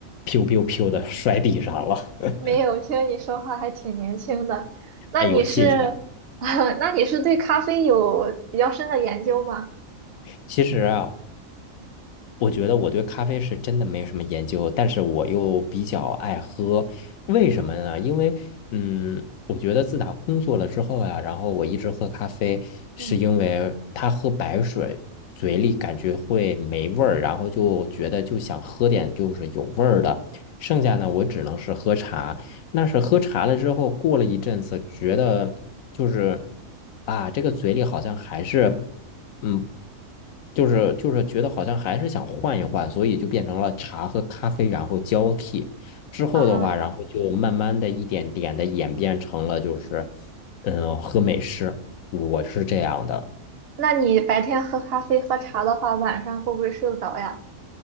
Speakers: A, on the left (about 75°); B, on the right (about 60°).
A: piu piu piu 的摔地上了。<laughs>
B: 没有，听你说话还挺年轻的。那你是，
A: 哎呦，谢谢。
B: <laughs> 那你是对咖啡有比较深的研究吗？
A: 其实啊，我觉得我对咖啡是真的没有什么研究，但是我又比较爱喝，为什么呢？因为，嗯，我觉得自打工作了之后呀，然后我一直喝咖啡，是因为他喝白水，
B: 嗯。
A: 嘴里感觉会没味儿，然后就觉得就想喝点就是有味儿的，剩下呢我只能是喝茶。那是喝茶了之后，过了一阵子，觉得就是啊，这个嘴里好像还是。嗯，就是就是觉得好像还是想换一换，所以就变成了茶和咖啡，然后交替。之后的话，
B: 嗯，
A: 然后就慢慢的一点点的演变成了就是，嗯，喝美式，我是这样的，
B: 那你白天喝咖啡喝茶的话，晚上会不会睡不着呀？